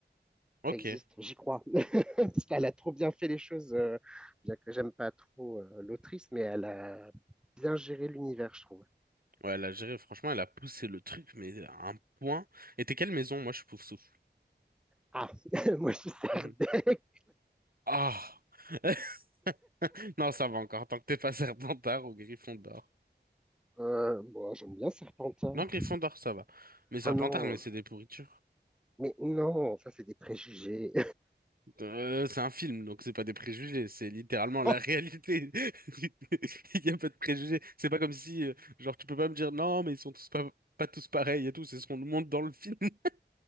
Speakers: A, on the right; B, in the centre.
A: ok.
B: ça existe, j'y crois. <laughs> Parce qu'elle a trop bien fait les choses, euh, bien que j'aime pas trop euh, l'autrice, mais elle a bien géré l'univers, je trouve.
A: Ouais, la gérée, franchement, elle a poussé le truc, mais à un point. Et t'es quelle maison? Moi, je suis souffle.
B: Ah, <laughs> moi, je suis Serdec.
A: Mhm. Ah! <laughs> Non, ça va encore, tant que t'es pas Serpentard ou Gryffondor.
B: Euh, bon, j'aime bien Serpentard.
A: Non, Gryffondor, ça va. Mais Serpentard,
B: Oh non,
A: mais c'est des pourritures.
B: mais non, ça, c'est des préjugés.
A: Euh, c'est un film, donc c'est pas des préjugés, c'est littéralement la
B: <laughs>
A: réalité. <laughs> Il y a pas de préjugés. C'est pas comme si, euh, genre, tu peux pas me dire non, mais ils sont tous pas, pas tous pareils et tout, c'est ce qu'on nous montre dans le film. <laughs>